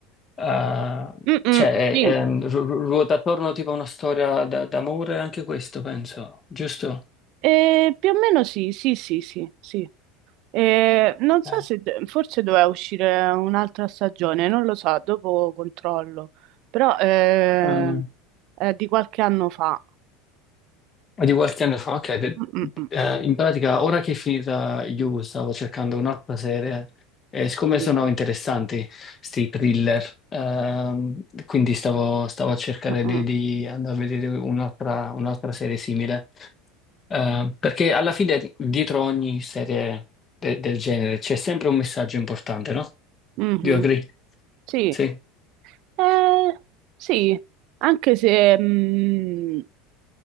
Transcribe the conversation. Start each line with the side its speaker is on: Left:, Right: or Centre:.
Left: eh,
Right: Mm, mm,
Left: cioè,
Right: sì.
Left: è- è- ru- ru- ruota attorno tipo a una storia d- d'amore, anche questo penso, giusto?
Right: Eh, più o meno sì, sì, sì, sì, sì. E non
Left: Ok.
Right: so se forse doveva uscire un'altra stagione, non lo so, dopo controllo, però eh,
Left: Ah, no.
Right: è di qualche anno fa.
Left: Ma di qualche anno fa, ok, de-
Right: Mm, mm, mm.
Left: eh, in pratica ora che è finita You stavo cercando un'altra serie e siccome
Right: Sì.
Left: sono interessanti sti thriller, ehm, quindi stavo, stavo a cercare
Right: Mm, mm.
Left: di, di andare a vedere un'altra un'altra serie simile. Eh, perché alla fine dietro ogni serie de- del genere c'è sempre un messaggio importante, no?
Right: Mhm.
Left: Do you agree?
Right: Sì,
Left: Sì,
Right: Eh, sì, anche se mm,